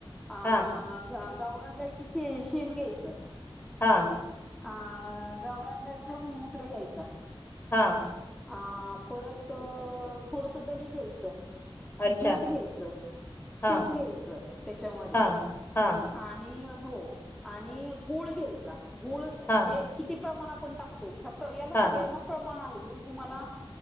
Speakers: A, in the centre; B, on the left.
A: आ
B: हा
A: गा गावरान गाईचं शेण घ्यायचं
B: हा
A: आ गावराण गाईचं गुमूत्र घ्यायचा
B: हां.
A: आ परत थोडंसं दही घ्यायचं
B: अच्छा
A: दूध घ्यायचं,
B: हा
A: तूप घ्यायचं त्याच्यामध्ये
B: हा हा
A: आणि हो आणि गुळ घ्यायचा गुळ म्हणजे
B: हा
A: किती प्रमाण आपण टाक तोय ए याना
B: हा
A: सगळ्यांना प्रमाण आहे, मी तुम्हाला